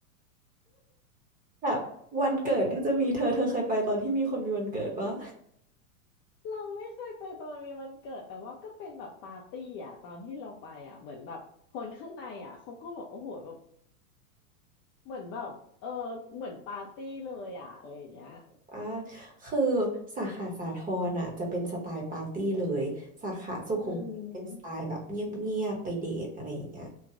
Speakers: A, on the right; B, on the left.
A: <laughs> แบบวันเกิดก็จะมีเธอเธอเคยไปตอนที่มีคนมีวันเกิดปะ
B: <laughs> เราไม่เคยไปตอนมีวันเกิดแต่ว่าก็เป็นแบบปาร์ตี้อ่ะตอนที่เราไปอ่ะเหมือนแบบคนข้างในอ่ะเขาก็บบกโอ้โหแบบเหมือนแบบเออเหมือนปาร์ตี้เลยอ่ะอะไรอย่างเงี้ย
A: อ่าคือสาขาสาทรอ่ะจะเป็นสไตล์ปาร์ตี้เลยสาขาสุขุมวิทเป็นสไตล์แบบเงียบๆไปเดทอะไรอย่างเงี้ย
B: อืม